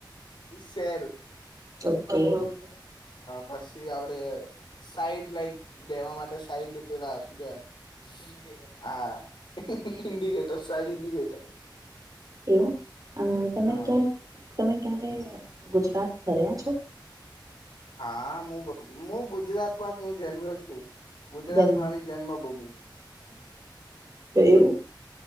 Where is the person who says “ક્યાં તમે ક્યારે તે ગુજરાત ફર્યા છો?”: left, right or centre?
Right